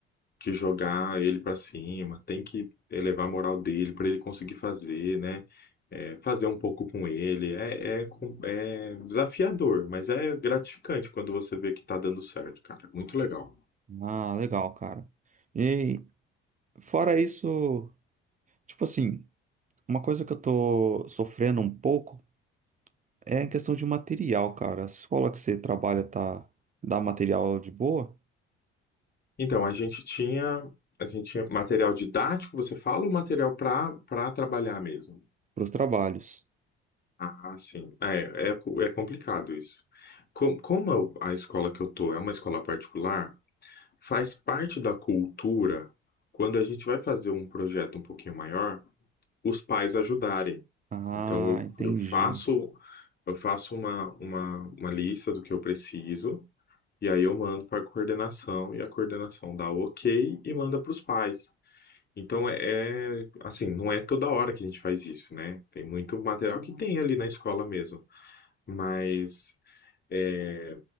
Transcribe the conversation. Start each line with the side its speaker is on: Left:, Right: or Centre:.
Left: que jogar ele para cima, tem que elevar a moral dele para ele conseguir fazer, né? É, fazer um pouco com ele. É, é, com- é desafiador, mas é gratificante quando você vê que tá dando certo, cara. Muito legal.
Right: Ah, legal, cara. E fora isso, tipo assim, uma coisa que eu tô sofrendo um pouco é a questão de material, cara. A escola que você trabalha tá, dá material de boa
Left: Então, a gente tinha, a gente tinha material didático, você fala, ou material para para trabalhar mesmo?
Right: pros trabalhos.
Left: Ah, sim. É, é, co- é complicado isso. Com- como eu- a escola que eu tô é uma escola particular, faz parte da cultura, quando a gente vai fazer um projeto um pouquinho maior, os pais ajudarem.
Right: Ah,
Left: Então, eu,
Right: entendi.
Left: eu faço, eu faço uma, uma, uma lista do que eu preciso, e aí eu mando para a coordenação, e a coordenação dá o ok e manda para os pais. Então é, é, assim, não é toda hora que a gente faz isso, né? Tem muito material que tem ali na escola mesmo, mas é,